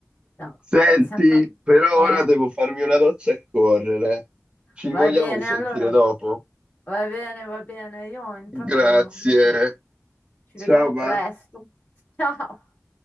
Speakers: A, on the left (about 30°); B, on the right (about 20°).
A: no,
B: Senti,
A: per- siamo tornati,
B: per ora
A: eh,
B: devo farmi una doccia e correre. Ci
A: va
B: vogliamo
A: bene
B: risentire
A: allora,
B: dopo?
A: va bene, va bene, io intanto
B: Grazie.
A: non lo so, ci
B: Ciao,
A: vediamo
B: va.
A: presto, ciao!